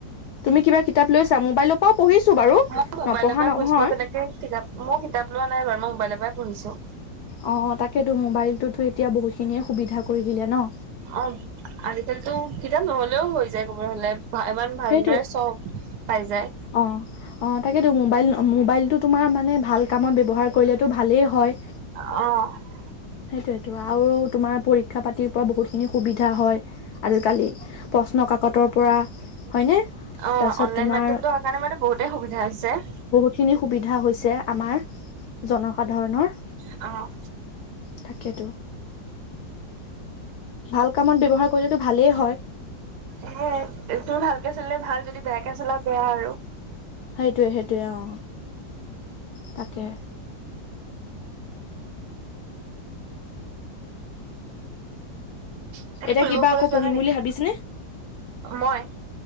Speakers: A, on the left; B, on the right.
A: তুমি কিবা কিতাপ লৈছা। মোবাইলৰ পৰাও পঢ়িছো বাৰু?
B: মই মোবাইলৰ
A: নপঢ়া
B: পৰাই
A: নহয়
B: পঢিছো মই তেনেকে কিতাপ মোৰ কিতাপ লোৱা নাই মই মোবাইৰ পৰাই পঢ়িছো।
A: অ তাকেতো মোবাইলটোতো এতিয়া বহুতখিনিয়ে সুবিধা কৰি দিলে ন'।
B: অ আজিকালিতো কিতাপ নহলেও হৈ যায় ক'ব হলে। ইমান ভালদৰে
A: সেইটোৱে
B: চব পাই যায়।
A: অ অ তাকেতো মোবাইল মোবাইলটো তোমাৰ মানে ভাল কামত ব্যৱহাৰ কৰিলে টো ভালেই হয়।
B: অ
A: সেইটোয়েতো আৰু তোমাৰ পৰীক্ষা পাতিৰ পৰা বহুত খিনি সুবিধা হয়। আজিকালি প্ৰশ্ন কাকতৰ পৰা হয়নে?
B: অ অনলাইন
A: তাৰপিছত তোমাৰ
B: মাধ্যমটো হোৱাৰ কাৰণে মানে বহুতেই সুবিধা হৈছে।
A: খিনি সুবিধা হৈছে আমাৰ জনসাধাৰণৰ
B: অ
A: তাকেতো ভাল কামত ব্যৱহাৰ কৰিলেতো ভালেই হয়।
B: হে তোৰ ভালকে চলিলে ভাল। যদি বেয়াকে চলা বেয়া আৰু।
A: সেইটোয়ে সেইটোয়ে অ তাকে।
B: ইয়াত
A: এতিয়া
B: কতো ফুৰিবলৈ
A: কিবা আকৌ
B: যোৱা
A: পঢ়িম
B: নাই নেকি?
A: বুলি ভাবিছেনে?
B: মই